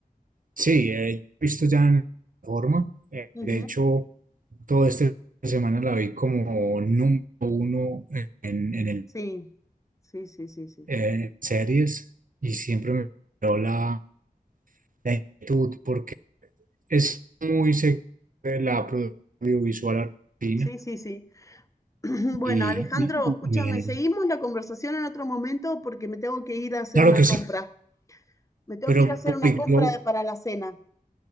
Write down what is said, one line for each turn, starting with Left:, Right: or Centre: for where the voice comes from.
Right: Sí, eh, he visto ya en forma. Eh,
Left: Ujú,
Right: de hecho... Toda esta semana la vi como número uno en, en el,
Left: Sí, sí, sí, sí, sí.
Right: eh, series y siempre me dio la, la inquietud porque es muy segura de la producción audiovisual argentina
Left: Sí, sí, sí. <clears throat> Bueno,
Right: y,
Left: Alejandro,
Right: y-
Left: escúchame,
Right: y mi género.
Left: seguimos la conversación en otro momento porque me tengo que ir a hacer
Right: Claro
Left: una
Right: que
Left: compra.
Right: sí,
Left: Me tengo
Right: pero
Left: que ir a hacer
Right: Paul,
Left: una compra
Right: yo,
Left: de- para la cena.